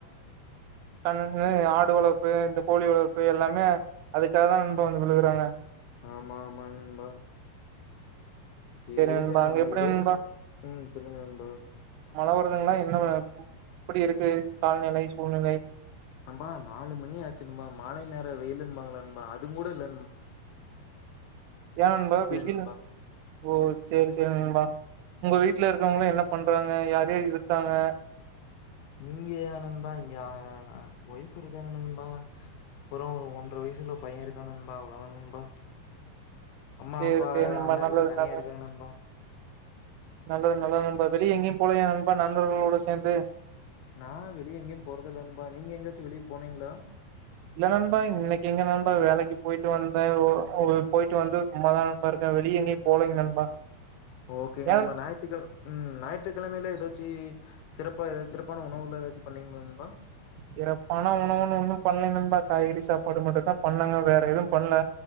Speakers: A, on the right; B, on the left.
A: கண் ஆடு வளர்ப்பு இந்த கோழி வளர்ப்பு எல்லாமே அதுக்காக தான் நன்பா வந்து விழுகறாங்க
B: ஆமாமா நண்பா சேரி
A: நண்பா அங்க எப்டி
B: ஏதோ
A: நண்பா
B: ஒண்ணு உம் சொல்லுங்க நண்பா
A: மழ வருதுங்கலா என்ன எப்படி இருக்கு காலநிலை சூழ்நிலை
B: நண்பா நாலு மணியாச்சு நண்பா மாலை நேரம் வெயிலும்பாங்க நண்பா அதுவும் கூட இல்லன்
A: யா நண்பா வெயில்
B: நண்பா.
A: ஓ சேரி சேரிநண்பா உங்க வீட்டுல இருக்கவங்கள என்ன பண்றாங்க யார் யாரு இருக்காங்க
B: இங்கயா நண்பா இங்க ஒய்ஃப் இருக்காங்க நண்பா அப்புறம் ஒரு ஒன்ற வயசுல பையன் இருக்கான்நண்பா அவ்வளோதா நண்பா அம்மா
A: சேரி
B: அப்பா
A: சேரி நண்பா
B: அண்ணா
A: நல்லது
B: எல்லாம் தனியா
A: நல்லது
B: இருக்காங்க நண்பா
A: நல்லது நல்லது நண்பா வெளியே எங்கேயும் போலயா நண்பா நண்பர்களோட சேர்ந்து
B: நான் வெளியே எங்கேயும் போறதுல்லல நண்பா நீங்க எங்கயாச்சும் வெளியே போனீங்களா
A: இல்ல நண்பா இன்னைக்கு எங்க நண்பா வேலைக்கு போயிட்டு வந்தன் போயிட்டு வந்து சும்மாதான் நண்பா இருக்கேன் வெளியே எங்கேயும் போலிங்க நண்பா
B: ஓகேங்க
A: ஏ
B: நண்பா ஞாயிற்று உம் ஞாயிற்றுக்கிழமையில ஏதாச்சு சிறப்பா ஏதாவது சிறப்பான உணவுல ஏதாச்சும் பண்ணீங்களா நண்பா
A: சிறப்பான உணவுன்னு ஒன்னும் பண்ணலைங்க நண்பா காய்கறி சாப்பாடு மட்டும் தான் பண்ணுங்க வேற எதுவும் பண்ணல